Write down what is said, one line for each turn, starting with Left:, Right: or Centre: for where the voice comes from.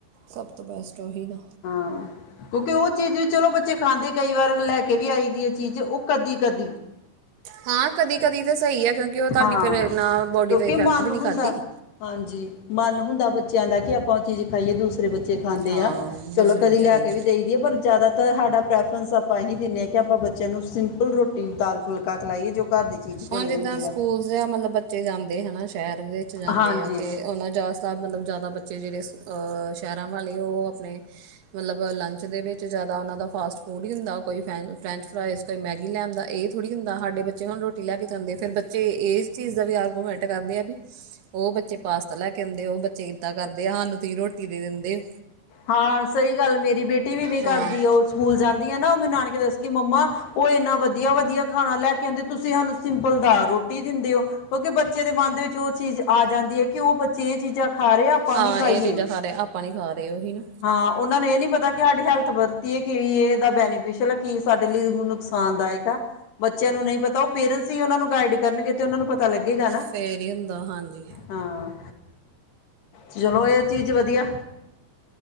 Right: ਸਭ ਤੋਂ ਬੈਸਟ ਉਹੀ ਨਾ
Left: ਹਾਂ ਕਿਉਂਕਿ ਉਹ ਚੀਜ਼ ਵੀ ਚਲੋ ਬੱਚੇ ਖਾਂਦੇ ਕਈ ਵਾਰ ਲੈ ਕੇ ਵੀ ਆਈ ਦੀ ਇਹ ਚੀਜ਼ ਉਹ ਕਦੀ-ਕਦੀ।
Right: ਹਾਂ ਕਦੀ-ਕਦੀ। ਤਾਂ ਸਹੀ ਹੈ। ਕਿਉਂਕਿ ਉਹ ਤੁਹਾਡੀ
Left: ਹਾਂ
Right: ਫੇਰ ਇੰਨਾ ਬੋਡੀ
Left: ਕਿਉਂਕਿ
Right: ਤੇ ਇਫੈਕਟ
Left: ਮਨ
Right: ਵੀ ਨਹੀਂ
Left: ਹੁੰਦਾ
Right: ਕਰਦੀ।
Left: ਹਾਂਜੀ ਮਨ ਹੁੰਦਾ ਬੱਚਿਆਂ ਦਾ ਕਿ ਆਪਾਂ ਉਹ ਚੀਜ਼ ਖਾਈਏ ਦੂਸਰੇ ਬੱਚੇ ਖਾਂਦੇ
Right: ਹਾਂ
Left: ਆ ਚਲੋ
Right: ਦੂਸਰੇ
Left: ਕਦੇ
Right: ਬੱਚੇ
Left: ਲੈ
Right: ਖਾਂਦੇ
Left: ਕੇ ਵੀ ਦੇਈ ਦੀ ਆ ਪਰ ਜ਼ਿਆਦਾ। ਤਾਂ ਸਾਡਾ ਪ੍ਰੈਫਰੈਂਸ ਆਪਾਂ ਇਹੀ ਦਿੰਦੇ ਹਾਂ ਕਿ ਆਪਾਂ ਬੱਚਿਆਂ ਨੂੰ ਸਿੰਪਲ ਰੋਟੀ ਦਾਲ ਫੁਲਕਾ ਖਿਲਾਈਏ ਜੋ ਘਰ ਦੀ ਚੀਜ਼ ਬਣੀ
Right: ਹੁਣ ਜਿੱਦਾਂ
Left: ਹੁੰਦੀ
Right: ਸਕੂਲ
Left: ਆ
Right: ਜਾਂ ਮਤਲਬ ਬੱਚੇ ਜਾਂਦੇ ਹਨਾ ਸ਼ਹਿਰ ਦੇ ਵਿੱਚ ਜਾਂਦੇ
Left: ਹਾਂਜੀ
Right: ਆ ਤੇ ਉਹਨਾਂ ਜ਼ਿਆਦਤਰ ਮਤਲਬ ਜ਼ਿਆਦਾ ਬੱਚੇ ਜਿਹੜੇ ਸ਼ਹਿਰਾਂ ਵਾਲੇ ਉਹ ਆਪਣੇ ਮਤਲਬ ਲੰਚ ਦੇ ਵਿੱਚ ਜ਼ਿਆਦਾ ਉਹਨਾਂ ਦਾ ਫਾਸਟ ਫੂਡ ਹੀ ਹੁੰਦਾ ਕੋਈ ਫੈਂ ਫਰੈਂਚ ਫਰਾਈਜ਼ ਕੋਈ ਮੈਗੀ ਲਿਆਂਦਾ ਇਹ ਥੋੜ੍ਹੀ ਹੁੰਦਾ ਸਾਡੇ ਬੱਚੇ ਹੁਣ ਰੋਟੀ ਰੋਟੀ ਲੈ ਕੇ ਜਾਂਦੇ ਫਿਰ ਬੱਚੇ ਇਸ ਚੀਜ਼ ਦਾ ਵੀ ਆਰਗੂਮੈਂਟ ਕਰਦੇ ਆ ਵੀ ਉਹ ਬੱਚੇ ਪਾਸਤਾ ਲੈ ਕੇ ਆਉਂਦੇ ਉਹ ਬੱਚੇ ਇੱਦਾਂ ਕਰਦੇ ਆ ਸਾਨੂੰ ਤੁਸੀਂ ਰੋਟੀ ਦੇ ਦਿੰਦੇ
Left: ਹਾਂ ਸਹੀ ਗੱਲ ਮੇਰੀ ਬੇਟੀ ਵੀ ਇਵੇਂ ਕਰਦੀ
Right: ਹਾਂ
Left: ਸਕੂਲ ਜਾਂਦੀ ਆ ਨਾ ਮੈਨੂੰ ਨਾਨਕੇ ਦੱਸ ਕਿ ਮੰਮਾ ਉਹ ਇੰਨਾ ਵਧੀਆ ਵਧੀਆ ਖਾਣਾ ਲੈ ਕੇ ਆਉਂਦੇ ਤੁਸੀਂ ਸਾਨੂੰ ਸਿੰਪਲਦਾਰ ਰੋਟੀ ਦਿੰਦੇ ਹੋ ਕਿਉਂਕਿ ਬੱਚੇ ਦੇ ਮਨ ਦੇ ਵਿੱਚ ਉਹ ਚੀਜ਼ ਆ ਜਾਂਦੀ ਹੈ ਕਿ ਉਹ ਬੱਚੇ ਇਹ ਚੀਜ਼ਾਂ ਖਾ ਰਹੇ ਆ ਆਪਾਂ
Right: ਹਾਂ
Left: ਵੀ ਖਾਈਏ
Right: ਇਹ ਚੀਜ਼ਾਂ ਖਾ ਰਹਾ ਆਪਾਂ ਨੀ ਖਾ ਰਹੇ ਤੇ ਊਹੀ ਨਾ
Left: ਹਾਂ ਉਹਨਾਂ ਨੂੰ ਇਹ ਨੀ ਪਤਾ ਕਿ ਸਾਡੀ ਹੈਲਥ ਵੱਧ ਦੀ ਕੀ ਇਹਦਾ ਬੈਨੀਫਿਸ਼ਲ ਆ ਕੀ ਸਾਡੇ ਲਈ ਨੁਕਸਾਨਦਾਇਕ ਆ ਬੱਚਿਆਂ ਨੂੰ ਨਹੀਂ ਪਤਾ ਉਹ ਪੇਰੈਂਟਸ ਹੀ ਉਹਨਾਂ ਨੂੰ ਗਾਈਡ ਕਰਨਗੇ ਤੇ ਉਹ ਨੂੰ ਪਤਾ ਤਾਂ ਲੱਗੇਗਾ ਨਾ
Right: ਫੇਰ ਹੀ ਹੁੰਦਾ ਹਾਂਜੀ
Left: ਹਾਂ ਚਲੋ ਇਹ ਚੀਜ਼ ਵਧੀਆ